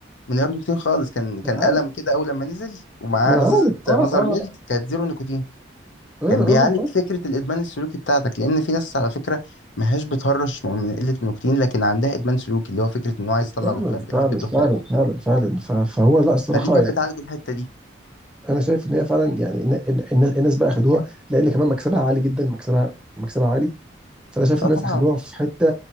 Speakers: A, on the left; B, in the centre.
A: من غير نيكوتين خالص كان كان
B: منعرف
A: قلم كده اول لما نزل ومعاه
B: منعرف
A: ازازه
B: آه
A: مازر
B: آه
A: ميلك كانت زيرو نيكوتين
B: آه
A: كان بيعالج
B: آه من فضي
A: فكره الادمان السلوكي بتاعتك لان في ناس على فكره ما هياش بتهرش من قله النيكوتين لكن عندها ادمان سلوكي اللي هو فكره انه عايز يطلع
B: فعلا
A: دخان بيحب
B: فعلا
A: الدخان
B: فعلا فعلا فعلا ف- فهو لا الصراحه
A: فدي كانت
B: يعني
A: بتعالج الحته دي
B: انا شايف ان هي فعلا يعني إن إن إن الناس بقى اخدوها لان كمان مكسبها عالي جدا مكسبها مكسبها عالي فانا شايف
A: اه
B: الناس
A: طبعا
B: اخدوها في حته